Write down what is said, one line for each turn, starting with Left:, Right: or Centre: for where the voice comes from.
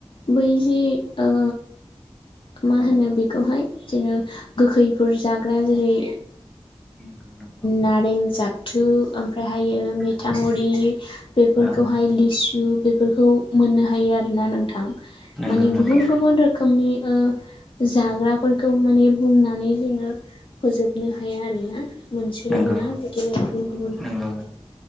Left: बैजि ओ मा होनो बेखौहाय जेन' गोखैफोर जाग्रा जेरै
Centre: नंगौ नंगौ
Left: नारें जाबथु ओमफ्राय हायो मिथामुरि
Centre: नंगौ
Left: बेफोरखौहाय
Centre: औ
Left: लिसु बेफोरखौ मोननो हायो आरोना नोंथां
Centre: नंगौ
Left: माने
Centre: नंगौ
Left: गुबुन गुबुन रोखोमनि जाग्राफोरखौ माने बुंनानै जोङो फोजोबनो हाया आरोना मोनसेल'
Centre: नंगौ
Left: नङा बिदिनो गुबुन गुबुन रोखोम
Centre: नंगौ